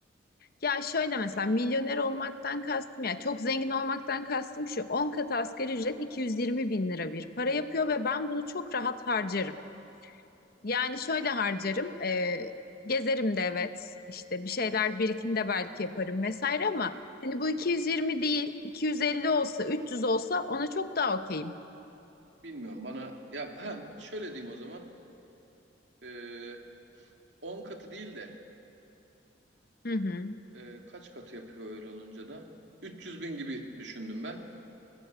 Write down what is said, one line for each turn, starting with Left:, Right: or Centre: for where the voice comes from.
Left: Ya şöyle mesela milyoner olmaktan kastım ya çok zengin olmaktan kastım şu 10 katı asgari ücret 220 bin lira bir para yapıyor ve ben bunu çok rahat harcarım. Yani şöyle harcarım e, gezerim de evet işte bir şeyler birikim de belki yaparım vesaire ama hani bu 220 değil 250 olsa 300 olsa ona çok daha okeyim.
Right: Bilmiyorum bana ya ha, şöyle diyeyim o zaman. Ee, 10 katı değil de
Left: Hı hı
Right: e, kaç katı yapıyor öyle olunca da? 300 bin gibi düşündüm ben.